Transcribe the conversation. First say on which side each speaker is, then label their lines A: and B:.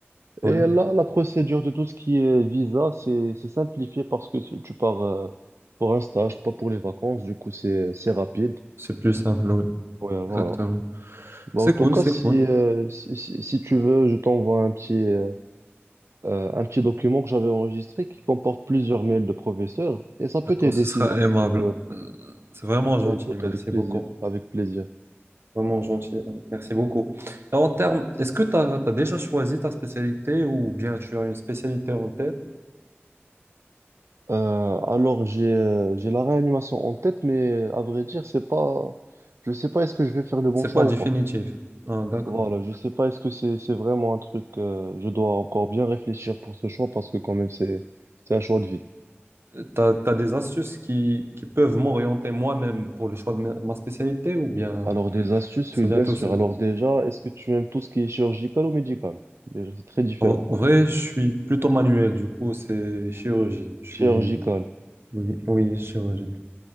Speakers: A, on the right; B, on the right.
A: Et
B: oui.
A: là, la procédure de tout ce qui est visa, c'est c'est simplifié parce que tu, tu pars euh, pour un stage, pas pour les vacances. Du coup, c'est c'est rapide.
B: C'est plus simple, oui,
A: Ouais, voilà.
B: exactement.
A: Bah,
B: C'est
A: en tout
B: cool,
A: cas,
B: c'est
A: si,
B: cool.
A: euh, si, si- si tu veux, je t'envoie un petit, euh, euh, un petit document que j'avais enregistré qui comporte plusieurs mails de professeurs. Et ça peut
B: D'accord,
A: t'aider
B: ce
A: si
B: sera
A: jamais
B: aimable.
A: tu veux.
B: Euh, C'est vraiment
A: Bah,
B: gentil,
A: écoute,
B: merci
A: avec plaisir.
B: beaucoup.
A: Avec plaisir.
B: Vraiment gentil, euh, merci beaucoup. Et en termes, est-ce que tu as, déjà choisi ta spécialité ou bien tu as une spécialité en tête?
A: Euh, alors, j'ai euh, j'ai la réanimation en tête, mais à vrai dire, c'est pas... Je sais pas est-ce que je vais faire le bon
B: C'est
A: choix
B: pas
A: ou
B: définitif.
A: pas.
B: Ah, d'accord.
A: Voilà, je sais pas, est-ce que c'est c'est vraiment un truc, euh, je dois encore bien réfléchir pour ce choix parce que quand même c'est c'est un choix de vie.
B: Tu as, des astuces qui, qui peuvent m'orienter moi-même pour le choix de ma de ma spécialité ou bien
A: Alors des astuces,
B: ça
A: oui bien
B: vient tout
A: sûr.
B: seul?
A: Alors déjà, est-ce que tu aimes tout ce qui est chirurgical ou médical? Déjà, c'est très différent.
B: En, en vrai, je suis plutôt manuel, du coup, c'est chirurgie. Je
A: Chirurgical,
B: suis Oui, oui, chirurgie.